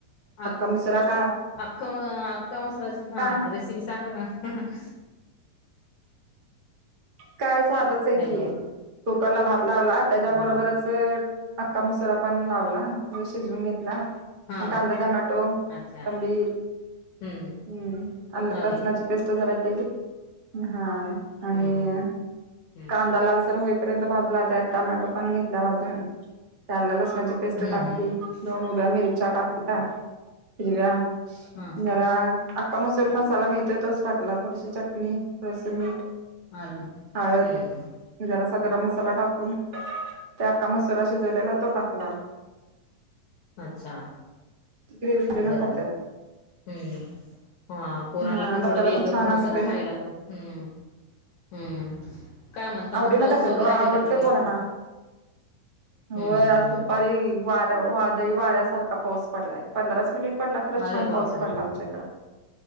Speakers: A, on the right (about 50°); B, on the left (about 65°).
A: अख्खा
B: आ
A: मसुरा का
B: आख्खा म आख्खा मसूरचा आख्खा
A: का
B: मसूरचा रेसिपी सांगा ना? ह ह <inaudible>
A: काय साधचंय
B: हॅलो
A: की कुकरला भात लावला त्याच्याबरोबरच
B: हो
A: तर अख्खा मसूर पण लावला म शिजवून घेतला
B: हां
A: कांदा, टमाॅटो, कोथंबीर
B: अच्छा हम्म
A: हम, अलं
B: होय
A: लसनाची पेस्ट जरा केली हा
B: हम्म
A: आणि
B: हम्म हम्म
A: कांदा लालसर होय कांदा भाजला त्यात टोमॅटो पण घेतला भाजून त्याला लसना ची पेस्ट
B: हम्म
A: टाकली
B: हम्म हम्म
A: दोन हिरव्या मिरच्या टाकल्या हिरव्या
B: हा
A: जरा आक्का मसूरी मसाला मिळतोय तोच टाकला थोडीशी चटणी थोडसे मीठ
B: हाणा <unintelligible>
A: हळद
B: हम्
A: जरासा गरम मसाला टाकून त्या अक्का मसूरा शिजवलेला तो टाकला.
B: अच्छा!
A: ग्रेव्ही त्यान
B: बरं
A: खात्यात.
B: हम्म, हा पोरणला
A: हा
B: पण थोडं
A: डब्याला
B: वेगळं
A: छान
B: पण होतं
A: असते
B: ना खायला पण. हम्म, हम्म, काय म्हणता मग
A: आवडीन
B: पाऊस
A: खात्यात
B: वगैरे
A: आवडते
B: आहे का तिकडे?
A: पोरांना
B: हम्म
A: होय
B: हम्म
A: आज दुपारी
B: हम्म
A: वार वादळी वाऱ्यासारखा पाऊस पडलाय, पंधराच मिनिट पडला खरंच
B: अरे
A: छान पाऊस
B: बापरे
A: पडला आमच्या इकडं.